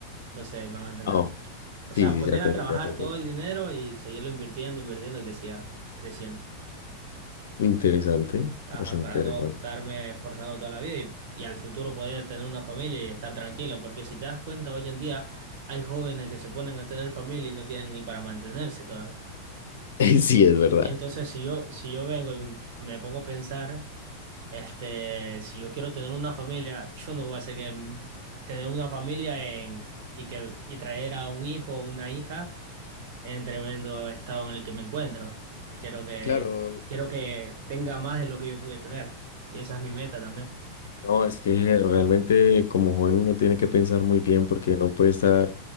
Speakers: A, on the right; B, on the left.
A: No sé, me hago entender.
B: Oh,
A: O sea,
B: sí, sí,
A: poner
B: ya te,
A: a trabajar
B: ya te entiendo.
A: todo el dinero y seguirlo invirtiendo, invirtiendo, que siga creciendo.
B: Interesante,
A: Ajá,
B: bastante
A: para
B: interesante.
A: no estarme esforzando toda la vida y, y al futuro poder tener una familia y estar tranquilo. Porque si te das cuenta, hoy en día hay jóvenes que se ponen a tener familia y no tienen ni para mantenerse todavía.
B: <laughs> Sí, es verdad.
A: Entonces, si yo, si yo vengo y me pongo a pensar. Este, si yo quiero tener una familia, yo no voy a hacer que m- tener una familia en, y que y traer a un hijo o una hija en tremendo estado en el que me encuentro. Quiero que
B: Claro.
A: quiero que tenga más de lo que yo pude tener. Y esa es mi meta también.
B: No, es que realmente como joven uno tiene que pensar muy bien porque no puede estar